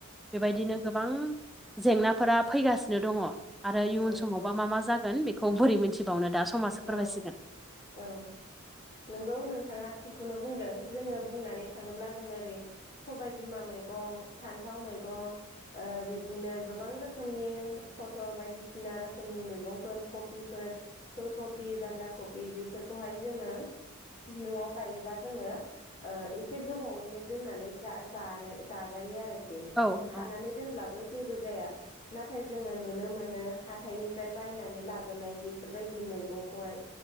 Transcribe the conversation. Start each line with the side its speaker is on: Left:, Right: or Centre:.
Centre: बेबायदिनो गोबां जेंनाफोरा फैगासिनो दङ। आरो इयुन
Left: नंगौ
Centre: समावबा मा मा जागोन बेखौ बोरै मिथिबावनो दा समासो
Left: औ
Centre: फोरमायसिगोन।
Left: औ नंगौ नोंथाङा थिगखौनो बुंदों जोङो बुंनानै थाङोब्ला जोङो ओरै सबाय बिमा मैगं फान्थाव मैगं ओ बिब्दिनो गोबां रोखोमनि फटल बायदिसिना रोखोमनि मैगंफोर कफिफोर फुलकबि बान्दा कफि बेफोरखौहाय जोङो न'आव गायोबा जोङो ओ एसे गोबावैनो दोननानै जा-जानाय जा-जायो आरोखि
Centre: औ
Left: खानानै
Centre: औ
Left: दोनब्लाबो जेबो जाया। नाथाय जोङो नुनो मोनो हाथायनिफ्राय बायनानै लाबोनाय बेफोरबायदि मैगंखौहाय